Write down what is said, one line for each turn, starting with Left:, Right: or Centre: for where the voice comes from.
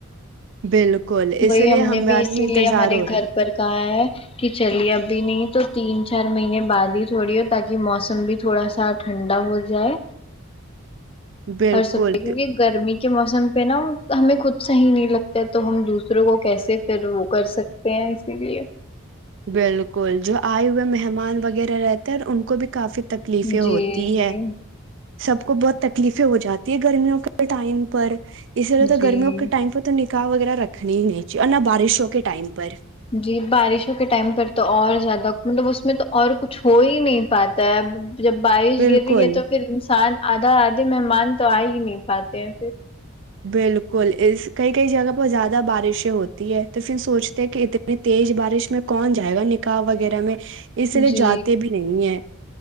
Right: بالکل اسی
Left: وہی
Right: لیے
Left: ہم نے
Right: ہمارا
Left: بھی اسی
Right: انتظار
Left: لیے ہمارے
Right: ہو رہا
Left: گھر پر کہا ہے کہ چلیے ابھی نہیں تو تین چار مہینے بعد ہی تھوڑی ہو تاکہ موسم بھی تھوڑا سا ٹھنڈا ہو جائے
Right: ہے بالکل
Left: اور سب پہ کیونکہ
Right: کیوں-
Left: گرمی کے موسم پہ نا ہمیں خود صحیح نہیں لگتا تو ہم دوسروں کو کیسے پھر وہ کر سکتے ہیں اسی لیے
Right: بالکل جو آئے ہوئے مہمان وغیرہ رہتے ہیں ان کو بھی کافی تکلیفیں ہوتی
Left: جی جی
Right: ہیں سب کو بہت تکلیفیں ہو جاتی ہے گرمیوں کے ٹائم پر اس سرو تو
Left: جی
Right: گرمیوں ائم پتوں ا وغیرہ رکھنی ہی نہیں چیے اور نہ بارشوں کے ٹائم پر
Left: جی بارشوں کے ٹائم پر تو اور زیادہ مطلب اس میں تو اور کچھ ہو ہی نہیں پاتا ہے اب جب بارش
Right: بالکل
Left: گر رہی ہے تو پھر انسان آدھا آدے مہمان تو آ ہی نہیں پاتے ہیں پھر
Right: بالکل اس کئی کئی جگہ پر زیادہ بارشیں ہوتی ہے تو پھر سوچتے ہیں کہ اتنی تیز بارش میں کون جائے گا نکاح وغیرہ میں اس لیے
Left: جی
Right: جاتے بھی نہیں ہے